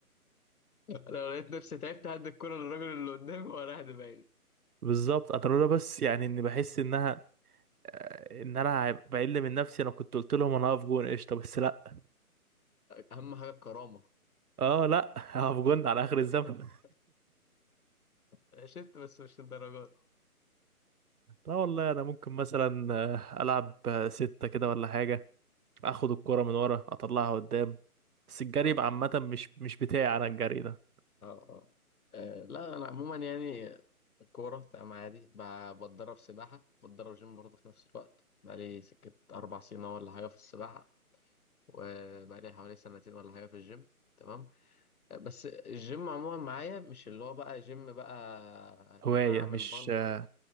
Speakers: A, on the left; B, on the right.
A: انا لو لقيت نفسي تعبت هدي الكرة للراجل اللي قدامي وراح دماغي
B: بالظبط انا لولا بس يعني اني بحس انها آه، ان انا هبقى بقل من نفسي انا كنت قلت لهم انا هقف جون قشطه بس لا
A: أهم حاجة الكرامة
B: اه لا <laughs> هقف جون
A: <laughs>
B: على اخر الزمن
A: أنا شفت بس مش للدرجة دي
B: لا والله انا ممكن مثلا آه، العب آه، سته كده ولا حاجه اخد الكوره من ورا اطلعها قدام بس الجري
A: اه
B: يبقى عامه
A: اه
B: مش مش بتاعي انا الجري ده
A: اه اه آه، لا أنا عموما يعني الكورة تمام عادي ب- بتدرب سباحة بتدرب جيم برضه في نفس الوقت بقالي سكة أربع سنين أهو ولا حاجة في السباحة وبقالي حوالي سنتين ولا حاجة في الجيم تمام آه، بس الجيم عموما معايا مش اللي هو بقى جيم بقى
B: هوايه
A: إن أنا أعمل
B: مش
A: بالك
B: آه،